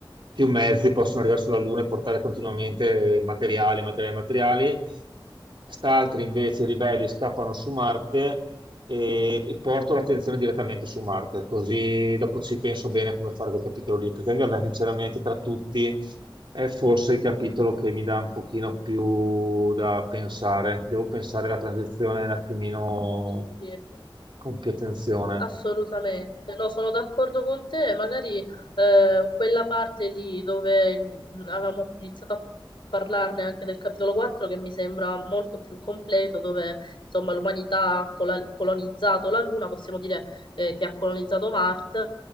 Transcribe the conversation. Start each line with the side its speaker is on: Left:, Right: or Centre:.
Right: più mezzi, possono arrivare sulla Luna e portare continuamente materiali, materiali, materiali. Quest'altri invece, i ribelli, scappano su Marte e, e porto l'attenzione direttamente su Marte, così dopo ci penso bene come fare quel capitolo lì, perché anche a me, sinceramente, tra tutti è forse il capitolo che mi dà un pochino più da pensare. Devo pensare alla transizione un attimino
Left: Sì, sì.
Right: con più attenzione.
Left: Assolutamente, no, sono d'accordo con te. Magari eh, quella parte lì dove mh, avevamo iniziato a parlarne anche del capitolo 4, che mi sembra molto più completo, dove insomma l'umanità ha cola- colonizzato la Luna, possiamo dire eh, che ha colonizzato Marte.